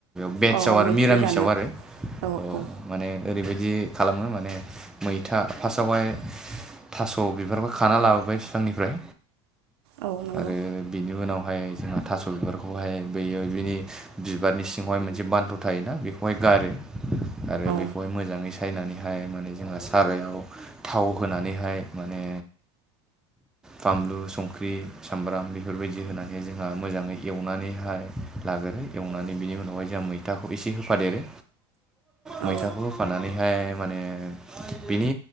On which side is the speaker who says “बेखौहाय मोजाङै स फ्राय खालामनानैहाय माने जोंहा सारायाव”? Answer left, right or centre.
Centre